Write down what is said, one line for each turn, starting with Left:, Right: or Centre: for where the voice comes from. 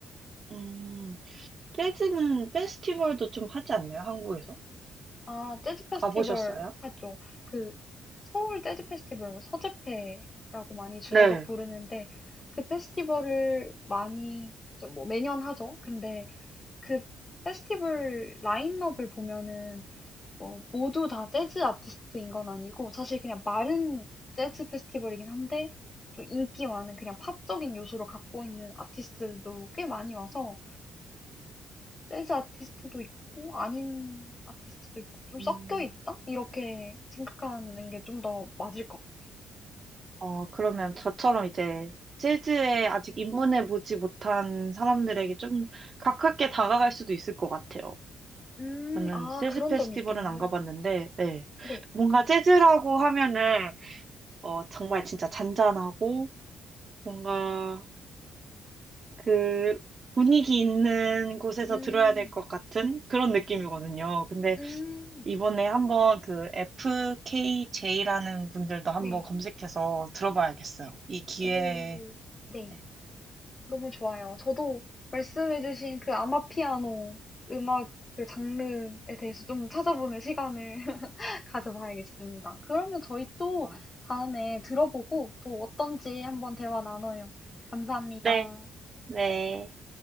Right: 음, 재즈는 페스티벌도 좀 하지 않나요? 한국에서?
Left: 아, 재즈 페스티벌
Right: 가보셨어요?
Left: 하죠. 그, 서울 재즈 페스티벌, 뭐 서재페라고 많이 줄여서
Right: 네.
Left: 부르는데, 그 페스티벌을 많이, 좀뭐 매년 하죠. 근데 그 페스티벌 라인업을 보면은, 뭐, 모두 다 재즈 아티스트인 건 아니고, 사실 그냥 마른 재즈 페스티벌이긴 한데, 좀 인기 많은 그냥 팝적인 요소를 갖고 있는 아티스트들도 꽤 많이 와서, 재즈 아티스트도 있고 아닌 아티스트도 있고 좀 섞여
Right: 음,
Left: 있다? 이렇게 생각하는 게 좀 더 맞을 것 같아요.
Right: 어, 그러면 저처럼 이제 재즈에 아직 입문해 보지 못한 사람들에게 좀 가깝게 다가갈 수도 있을 것 같아요.
Left: 음,
Right: 저는
Left: 아,
Right: 재즈
Left: 그런
Right: 페스티벌은
Left: 점이 있겠네요.
Right: 안 가봤는데, 네.
Left: 네.
Right: 뭔가 재즈라고 하면은, 어, 정말 진짜 잔잔하고, 뭔가 그 분위기 있는 곳에서
Left: 음,
Right: 들어야 될 것 같은 그런 느낌이거든요. 근데
Left: 음,
Right: 이번에 한번 그 FKJ라는 분들도 한번
Left: 네.
Right: 검색해서 들어봐야겠어요. 이 기회에.
Left: 오, 네.
Right: 네.
Left: 너무 좋아요. 저도 말씀해주신 그 아마피아노 음악 그 장르에 대해서 좀 찾아보는 시간을 <laughs> 가져봐야겠습니다. 그러면 저희 또
Right: 어,
Left: 다음에 들어보고 또 어떤지 한번 대화 나눠요. 감사합니다.
Right: 네. 네.